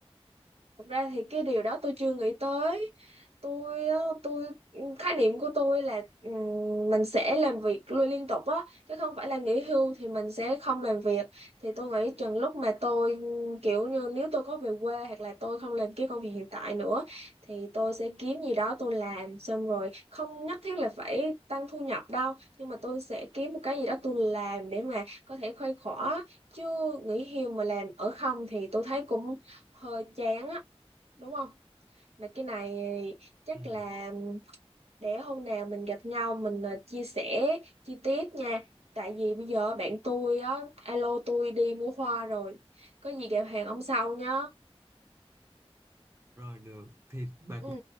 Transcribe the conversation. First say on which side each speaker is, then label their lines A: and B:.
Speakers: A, on the right; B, on the right.
A: Thực ra thì cái điều đó tôi chưa nghĩ tới. Tôi á, tôi ừ, khái niệm của tôi là ừm, mình sẽ làm việc luôn liên tục á chứ không phải là nghỉ hưu thì mình sẽ không làm việc. Thì tôi nghĩ chừng lúc mà tôi ừm, kiểu như nếu tôi có về quê hoặc là tôi không làm cái công việc hiện tại nữa thì tôi sẽ kiếm gì đó tôi làm xong rồi không nhất thiết là phải tăng thu nhập đâu nhưng mà tôi sẽ kiếm một cái gì đó tôi làm để mà có thể khuây khỏa chứ nghỉ hưu mà làm ở không thì tôi thấy cũng hơi chán á đúng không mà cái này chắc
B: ừ,
A: là để hôm nào mình gặp nhau mình ờ, chia sẻ chi tiết nha tại vì bây giờ bạn tôi á alo tôi đi mua hoa rồi có gì gặp hàng ông sau nhá
B: rồi được thì bà
A: ừ
B: cũng